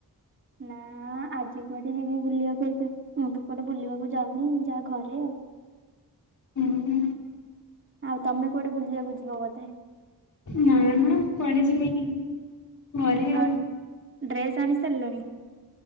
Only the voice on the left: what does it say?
ହୁଁ ହୁଁ।
ନା ନା କୁଆଡେ ଯିବିନି। ଘରେ ଆଉ।